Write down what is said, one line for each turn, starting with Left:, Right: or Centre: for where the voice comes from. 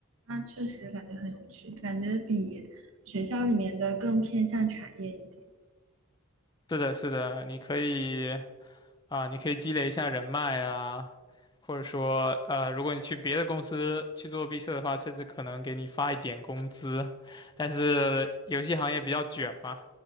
Right: 那确实感觉很有趣，感觉比学校里面的更偏向产业一点。
Left: 是的，是的，你可以。啊，你可以积累一下人脉啊，或者说，呃，如果你去别的公司去做毕设的话，甚至可能给你发一点工资。但是游戏行业比较卷嘛，